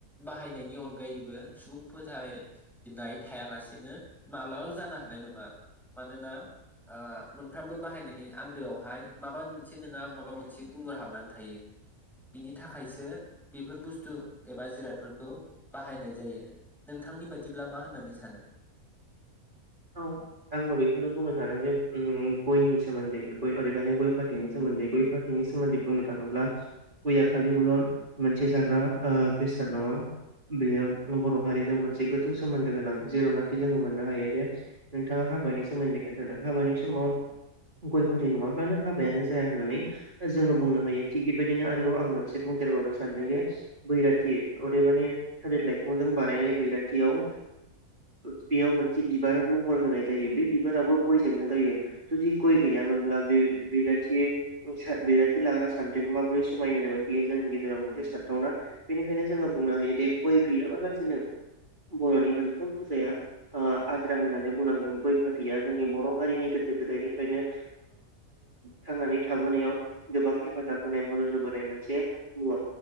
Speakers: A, in the centre; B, on the right.
A: बाहायनायनि अनगायैबो सुबुं फोथायनाय थायालासेनो माब्लाबाबो जानो हानाय नङा। मानोना ओ मोनफ्रोमबो बाहायनायनि आन्दोआवहाय माबा मोनसे नोंङा माबा मोनसे गुमगुर हाबनानै थायो, बिनि थाखायसो बेफोर बुस्थु एबा जिरादफोरखौ बाहायनाय जायो नोंथांनि बायदिब्ला मा होननानै सानो।
B: औ आंबो बेखौनो बुंनो सानो जे गयनि सोमोन्दै ग ओरैब गय फाथैनि सोमोन्दै गय फाथैनि सोमोन्दै बुंनो थाङोब्ला गयआ खालिबोल' मोनसे जाग्रा बेसाद नङा, बेयो बर' हारिजों मोनसे गोथौ सोमोन्दो गोनां जेरावनाखि जोङो मोननो हायो जे नोंथाङा हाबानि सोमोन्दै खोन्थादों हाबानि समाव गय फारि नङाब्लानो हाबायानो जाया होननानै जोङो बुंनो हायो, थिग बेबायदिनो आरोबाव आं मोनसे बुंदेरबावनो सानदों जे बैराथि अदेबानि थादिर लाइफांजों बानायनाय बैराथियाव। बेयाव मोनसे बिबार महर होनाय जायो बे बिबाराबो गयजोंनो जायो जुदि गय गैयामोनब्ला बे बराथि बिराथि लाग्रा सानद्रिखौ माबोरै समाय होनोमोन, बेयो जोंनि गेजेराव मोनसे सानथावना बेनिखायनो जोङो बुंनो हायोदि गय गैयाबालासिनो बर'नि मोनफ्रोम फुजाया होननानै बुंनांगोन गय फाथया जोंनि बर' हारिनि गोदो गोदायनिफ्रायनो थांनानै थोनायाव गोबां हेफाजाब होनाय मदद होबोनाय मोनसे मुवा